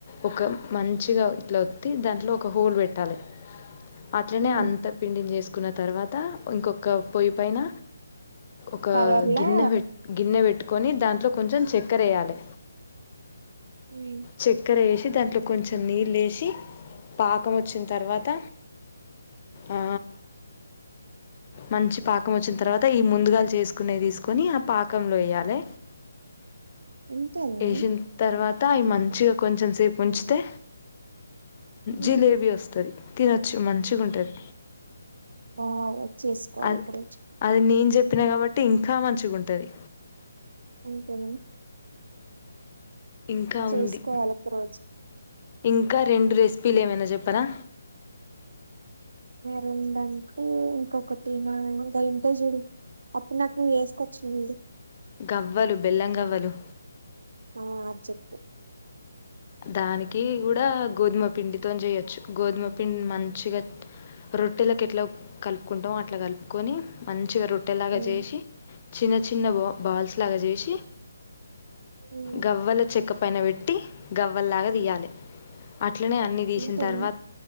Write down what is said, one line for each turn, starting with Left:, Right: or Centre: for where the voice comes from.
Left: ఒక మంచి మంచిగా ఇట్లా వత్తి దాంట్లో ఒక హోల్ పెట్టాలె అట్లనే
Right: ఉమ్
Left: అంత పిండిని చేసుకున్న తర్వాత ఇంకొ ఒక పొయ్య పైన ఒక
Right: కవర్లా
Left: గిన్నె వెట్ గిన్నే వెట్టు కొని దాంట్లో కొంచం చెక్కర వేయాలి.
Right: ఉమ్
Left: చెక్కెర వేస్ దాంట్లో కొంచెం నీళ్ళు ఏసి పాకం వచ్చిన తర్వాత ఆ మంచి పాకం వచ్చిన తర్వాత, ఈ ముందుగాల చేసుకునేవి, తీసుకొని ఆ పాకంలో వేయాలి.
Right: అంతేనా
Left: వేసిన్ తర్వాత అవి మంచిగా కొంచెం సేపు ఉంచు తే
Right: ఉమ్.
Left: జిలేబీ వస్తది తినొచ్చు మంచిగా ఉంటది
Right: బాగా చేసుకోవాలి
Left: అది
Right: ఒక రోజు
Left: అది నేన్ జెప్ తున్న కాబట్టి ఇంకా మంచిగా ఉంటది
Right: అంతేనా
Left: ఇంకా
Right: చేసుకోవాలి
Left: ఉంది
Right: ఒక రోజు
Left: ఇంకా రెండు రెసిపీలు ఏమైనా జెప్పనా
Right: రెండంటే ఇంకొకటి ఏమో ఇంటే జూడు అప్పుడు నాకు నువ్వు వేసుకొచ్చినవ్ చూడు
Left: గవ్వలు బెల్లం గవ్వలు
Right: అ అది జెప్పు
Left: దానికి కూడా గోధుమ పిండితోని చేయొచ్చు. గోధుమ పిండి మంచిగా రొట్టెలకు ఎట్ల కలుపుకుంటామో అట్లా కలుపుకొని మంచిగా రొ ట్టెలాగా
Right: ఉమ్.
Left: జేషి చిన్న చిన్న బ బాల్స్ లాగా చేసి
Right: ఉమ్.
Left: గవ్వల చెక్క పైన వెట్టి గవ్వల్లాగా తీయాలి అట్లనే అన్ని తీసిన
Right: అంతేనా
Left: తర్వాత